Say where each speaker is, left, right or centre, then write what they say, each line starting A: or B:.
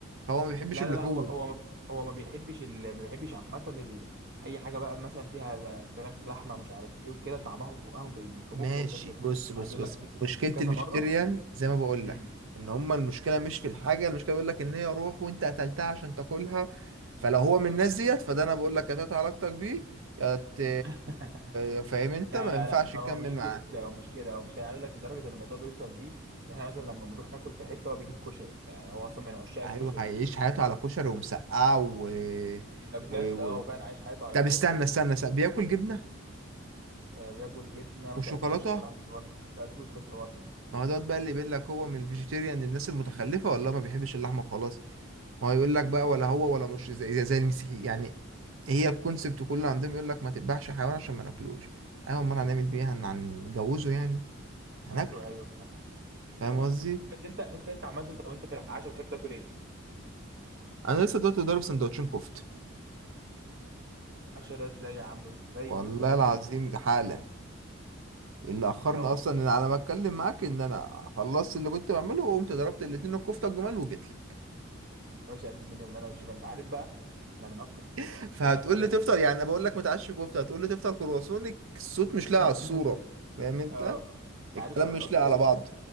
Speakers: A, on the right; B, on the right.
A: فهو ما بيحبش
B: لا
A: اللحوم
B: لا لا هو هو ما- هو ما بيحبش ال... ما بيحبش عامة ال... أي حاجة بقى مثلا فيها ل- فراخ لحمة مش عارف إيه وكده طعمها في بقها ما بي- في
A: ماشي
B: بقه ما بيقدرش ياكلها
A: بص
B: أنا
A: بص
B: عايز أقول
A: بص
B: لك
A: مشكلة
B: كذا
A: الفيجيتيريان
B: مرة
A: زي ما بقول
B: امم
A: لك ان هما المشكلة مش في الحاجة المشكلة بيقول لك ان هي روح وانت قتلتها عشان تاكلها فلو هو من الناس ديت فده انا بقول لك قطعت علاقتك بيه يا ت-
B: <laughs>
A: يا فاهم انت
B: لا
A: ما
B: لا
A: ينفعش
B: لا هو
A: تكمل
B: مش
A: معاه
B: كده هو مش كده هو مش كده عايز اقول لك لدرجه ان الموضوع بيوصل بيه ان احنا مثلا لما بنروح ناكل في حته هو بيجيب كشري يعني هو اصلا من عشاق الكشري
A: ايوه هيعيش حياته على كشري ومسقعة و...
B: ده بجد
A: و... و...
B: اه هو فعلا عايش حياته على
A: طب
B: كده
A: استنى
B: بجد
A: استنى, استنى. بياكل جبنة
B: آه، بياكل جبنه ما
A: وشوكولاتة
B: سالتوش الصراحه في الحوار ده ما سالتوش في الحوار ده
A: ما هو دوت بقى اللي بيقول لك هو من الفيجيتيريان للناس المتخلفة ولا ما بيحبش اللحمة وخلاص ما هو يقول لك بقى ولا هو ولا مش زي زي, زي المسيحي يعني هي الكونسبت كله عندهم يقول لك ما تذبحش حيوان عشان ما ناكلوش ايوه امال هنعمل بيه إيه؟ هن- هنجوزه يعني
B: <laughs>
A: هناكله
B: ايوه ايوه
A: فاهم
B: فعلا
A: قصدي
B: بس انت انت انت عامه طب انت في العشاء بتحب تاكل ايه؟
A: انا لسه دلوقتي ضارب سندوتشين كفته
B: العشاء ده ازاي يا عم بس ده يجيب
A: والله
B: حموضه
A: العظيم حالا اللي اخرني
B: لا والله
A: اصلا ان على ما اتكلم معاك ان انا خلصت اللي كنت بعمله وقمت ضربت الاتنين الكفته الجمال وجيت لك
B: يا باشا قد الدنيا باللي انا بشوفها انت عارف بقى انا من اكتر
A: <laughs>
B: من
A: فهتقول
B: اكتر
A: لي
B: الاكل
A: تفطر يعني انا بقول لك ما تعش كفته هتقول لي تفطر كرواسونك الصوت مش لاقي
B: <laughs>
A: على الصوره فاهم انت
B: اه انت
A: الكلام
B: عارف انا
A: مش
B: من اكتر
A: لاقي على بعض